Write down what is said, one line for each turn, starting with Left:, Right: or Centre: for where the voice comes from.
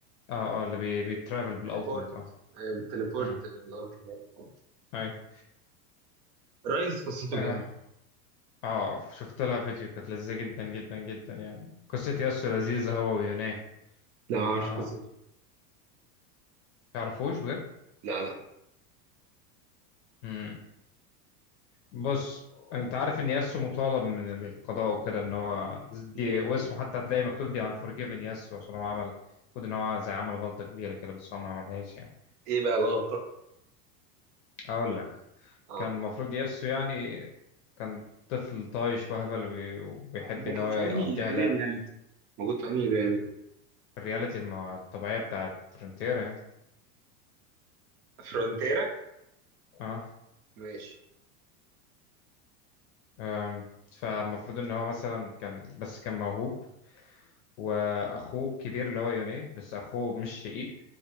Left: اه اه اللي بي... بيترافل بالالتيميت
Right: تليبورت
Left: اه
Right: ايوه بالتليبورت
Left: امم
Right: اللي هو بتاع الأرض
Left: ايوه
Right: رايس قصته
Left: اه
Right: جامدة
Left: آه، شفت لها فيديو كانت لذيذة جدا جدا جدا يعني قصة ياسو لذيذة هو ويوناه
Right: لا ما
Left: آه
Right: اعرفش قصته
Left: تعرفوش بجد
Right: لا لا
Left: امم بص انت عارف ان ياسو مطالب من القضاء وكده ان هو دي
Right: ليه
Left: واسمه حتى هتلاقي مكتوب دي انفورجيفن ياسو عشان هو عمل المفروض ان هو زي عمل غلطة كبيرة كده بس هو ما عملهاش يعني
Right: ايه بقى الغلطة
Left: اقول لك
Right: اه
Left: كان المفروض ياسو يعني كان طفل طايش وهبل وبي- وبيحب
Right: ده
Left: ان
Right: كان
Left: هو
Right: في
Left: يقضيها
Right: أنهي أنهي
Left: لعب
Right: رياليتي موجود في انهي ريال
Left: الرياليتي المع- الطبيعية بتاعت فرونتيرا يعني
Right: فرونتيرا
Left: اه
Right: ماشي
Left: أم، فالمفروض ان هو مثلا كان بس كان موهوب واخوه الكبير اللي هو يوني بس اخوه مش شقيق